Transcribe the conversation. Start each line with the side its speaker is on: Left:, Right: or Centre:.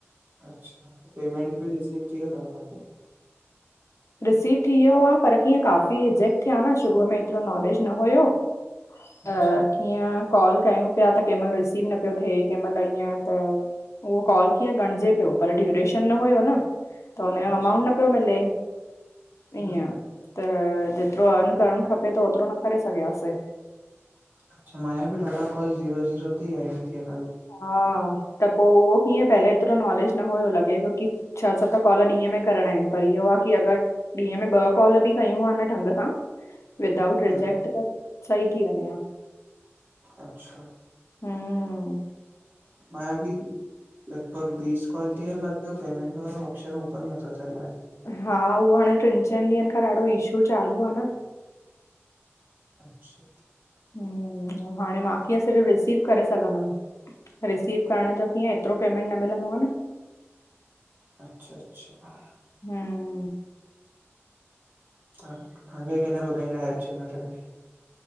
Right: अच्छा पेमेंट बि रिसीव थी वयो थव तव्हांखे?
Left: रिसीव थी वियो आ, पर कीअं काफ़ी रिजेक्ट थिया न शुरूअ में एतिरो नॉलेज न हुयो।
Right: अच्छा
Left: ह कीअं कॉल कयूं पया त कंहिं मल रिसीव न पियो थिए कंहिं महिल ईअं त उहो कॉल कीअं गणजे पियो पर ड्यूरेशन न हुयो न त हुनजो
Right: अच्छा
Left: अमाउंट न पियो मिले। ईअं
Right: हम्म
Left: त जेतरो अरन करण खपे त ओतरो न करे सघियासीं।
Right: अच्छा माया बि ॾाढा कॉल ज़ीरो ज़ीरो थिया आहिन थिया
Left: हा त पो उहो कीअं पहले एतरो नॉलेज न हुयो लॻे पियो की छह सत कॉल ॾींहं में करणा आहिन पर इहो आहे की अगर ॾींहं में ॿ कॉल बि कयूं आ न ढंग सां विदाउट रिजेक्ट
Right: हम्म,
Left: त सही थी वञे ह
Right: अच्छा
Left: हम
Right: मांया बि लॻभॻ बीस कॉल थी बाक़ी हू पेमेंट वारो ऑप्शन ओपन नथ च
Left: हा उहो हाणे टिन चइन ॾींहंनि खां ॾाढो इशू चालू आ न
Right: अच्छा
Left: ह हाणे मां कीअं सिर्फ़ रिसीव करे सघंदम। रिसीव करण जो कीअं एतरो पेमेंट न मिलंदो आ न।
Right: अच्छा-अच्छा
Left: हम
Right: हा तव्हांखे के ॿुधाईंदा आहिय ब में